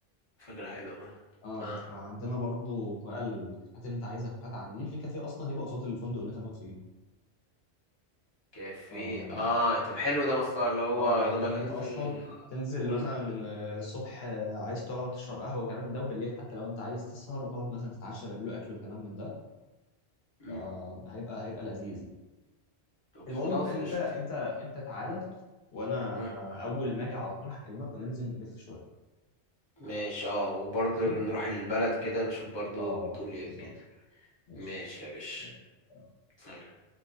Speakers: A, on the left (about 30°); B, on the left (about 65°).
A: فكرة حلوة أوي.
B: اه
A: اه
B: وعندنا برضو بقى الكافيهات اللي انت عايزها كافيهات على النيل في كافيه اصلا هيبقى قصاد الفندق اللي انت هتقعد فيه
A: كافيه
B: اه
A: اه طب حلو ده مصلحة اللي هو
B: اه
A: يا دوبك
B: هي ما
A: انزل
B: انت اصلا تنزل
A: قول
B: مثلا آه، الصبح آه، عايز تقعد تشرب قهوه وكلام من ده وبالليل حتى لو انت عايز تسهر وتقعد مثلا تتعشى بيعملوا اكل وكلام من ده
A: مم.
B: آه هيبقى هيبقى لذيذ يعني.
A: طب
B: المهم
A: خلاص
B: انت
A: قشطة
B: انت انت تعالى وانا
A: مم.
B: اول ما اجي على طول هكلمك وننزل نلف شويه
A: ماشي اه وبرضه
B: ماشي
A: نروح البلد كده نشوف برضه
B: اه
A: بتقول ايه
B: بالظبط
A: وكده
B: ماشي
A: ماشي يا باشا
B: يلا.
A: سلام